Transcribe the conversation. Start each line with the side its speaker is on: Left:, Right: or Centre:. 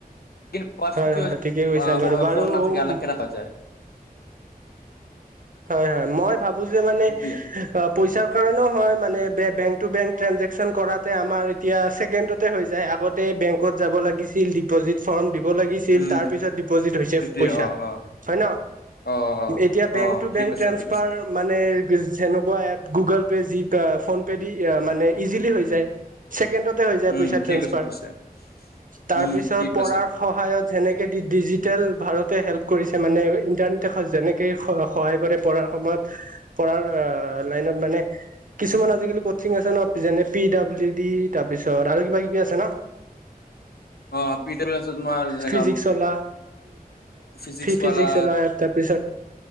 Left: কি পাৰ
Right: হয়
Left: খু হৈ
Right: হয় হয়
Left: যায়
Right: ঠিকে কৈছা বাৰু বাৰু
Left: ফোন নাথাকে আলাগ কে ৰাখা যায়
Right: হয় হয় মই- ভাবো যে মানে
Left: এইটোৱে
Right: অ পইচা কাৰনেও হয় মানে বেংক টু বেং ট্ৰেঞ্জেকচন কৰাতে আমাৰ এতিয়া ছেকেণ্ডতে হৈ যায় আগতে বেংকত যাব লাগিছিল ডিপজিট ফৰ্ম দিব দিব লাগিছিল
Left: উম
Right: তাৰ পিছত ডিপজিট হইছে
Left: এইটোৱে
Right: পইছা
Left: অ অ
Right: হয় ন
Left: অ অ
Right: এতিয়া
Left: অ
Right: বেংক
Left: ঠিক
Right: বেংক
Left: কৈছা
Right: ট্ৰেন্সফাৰ
Left: ঠিক কৈছা
Right: মানে মেনেকোৱা app Google Pay G PhonePe দি মানে এিজিলি হয় জায় ছেকেণ্ড লগতে হয় জায়
Left: উম
Right: পইচা
Left: ঠিক
Right: ট্ৰান্সফাৰ
Left: কৈছা ঠিক কৈছা
Right: তাৰপিছত
Left: উম ঠিক কৈছা
Right: প ৰাৰ সহায়ত যেনেকে ডিজিটেল ভাৰত লগতে হেল্প কৰিছে মানে ইণ্টাৰনেটে যেনেকে সহায় কৰে পঢ়াৰ সময়ত পঢ়াৰ লাইনত মানে কিছুমান আজিকালি কচিং আছে ন যেনে পি ডাব্লিউ ডি তাৰপিছত আৰু কিবা কিবি আছে ন
Left: অ পি ডব্লউ লাছতত তোমাৰ জেনেকা
Right: ফিজিক্স লা
Left: ফিজিক্সৱালা
Right: ফি ফিজিক্স ওলাই তাৰপিছত